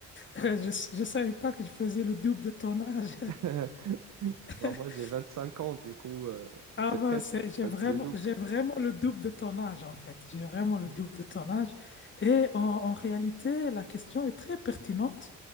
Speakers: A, on the left; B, on the right.
A: je, je je savais pas que je faisais le double de ton âge.
B: <laughs> Bah,
A: <laughs>
B: moi, j'ai 25 ans, du coup, euh,
A: Ah
B: c'est
A: ben,
B: presque,
A: c'est, j'ai
B: presque
A: vraiment,
B: le double.
A: j'ai vraiment le double de ton âge, en fait. J'ai vraiment
B: <laughs>
A: le
B: Mhm.
A: double de ton âge. Et en, en réalité, la question est très pertinente.